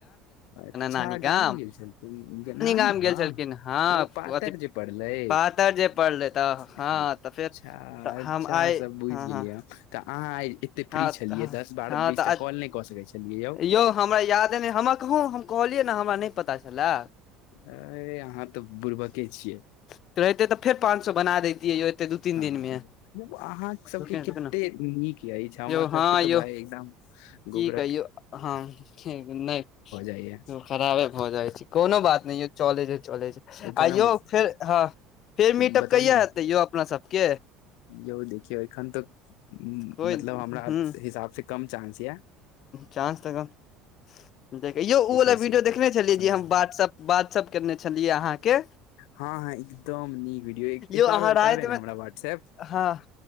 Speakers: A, on the left; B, on the left.
A: अच्छा
B: नानी
A: अहाँ
B: गाम
A: गाँव गेल छलि। ह्म नानी
B: गाम
A: गाँव
B: गेल छलखिन हँ
A: ओ पातर
B: अथी
A: जे पड़लै
B: पातर जे पड़ले तऽ हँ
A: अच्छा
B: तऽ फेर तऽ
A: अच्छा
B: हम आइ
A: सब बुझि
B: हँ
A: गेलियै
B: हँ
A: हम तऽ अहाँ आइ एते फ्री
B: हँ
A: छेलियै
B: हँ
A: दस बारह
B: हँ
A: बीस
B: तऽ
A: टा कॉल नहि कऽ सकै छेलियै यौ
B: यौ हमरा यादे नहि हमरा कहूँ हम कहलियै ने हमरा नहि पता छले
A: अइ अहाँ तऽ बुड़बके छियै
B: तऽ रहितै तऽ फेर पाँच सौ बना दैतियै यौ दू तीन
A: हँ
B: दिन मे
A: यौ अहाँ सबके
B: रुक रुक
A: केते
B: ने
A: नीक अछि हमर
B: यौ
A: सबके
B: हँ
A: तऽ
B: यौ
A: भाय एकदम गोबरक
B: की कहियौ हँ नहि
A: जाइया
B: खराबे भऽ जाइ छै कोनो बात नहि यौ चले छै चले छै
A: एखन
B: आ
A: हम
B: यौ फेर हँ फेर मीटप
A: बतबियौ
B: कहिया
A: ने
B: हेतै यौ अपना सबके
A: यौ देखियौ एखन तऽ
B: कोइ
A: मतलब हमरा
B: ह
A: हिसाब से कम चांस ये
B: चांस तऽ कम देख यौ उ
A: देखै
B: वाला
A: छियै
B: वीडियो देखने छलियै
A: सम्भावना
B: जे हम व्हाट्सप व्हाट्सप केने छेलि अहाँके
A: हँ हँ एकदम नीक वीडियो एक एक
B: यौ
A: और
B: अहाँ
A: बेर
B: रातिमे
A: करबै ने हमरा व्हाट्सएप्प
B: हँ